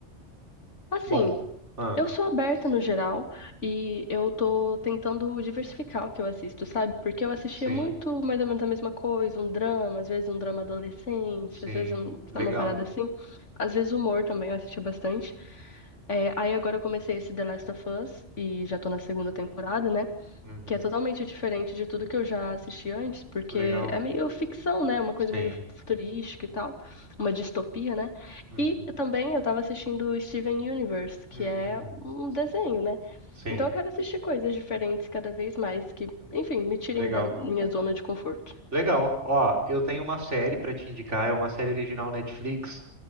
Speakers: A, on the left; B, on the right.
A: Assim,
B: bom. Ah,
A: eu sou aberta no geral e eu tô tentando diversificar o que eu assisto, sabe? Porque eu assistia
B: sim,
A: muito mais ou menos a mesma coisa, um drama, às vezes um drama adolescente,
B: sim.
A: às vezes um-
B: Legal.
A: uma parada assim. Às vezes humor também eu assistia bastante. É, aí agora eu comecei esse The Last of Us e já tô na segunda temporada, né?
B: Uhum.
A: que é totalmente diferente de tudo que eu já assisti antes, porque
B: Legal.
A: é meio ficção, né? Uma coisa
B: Sim.
A: meio futurística e tal, uma distopia, né?
B: Uhum.
A: E também eu tava assistindo Steven Universe, que
B: Hum,
A: é um desenho, né?
B: sim.
A: Então eu quero assistir coisas diferentes cada vez mais, que, enfim, me tirem
B: Legal.
A: da minha zona de conforto.
B: Legal. Ó, eu tenho uma série pra te indicar, é uma série original Netflix.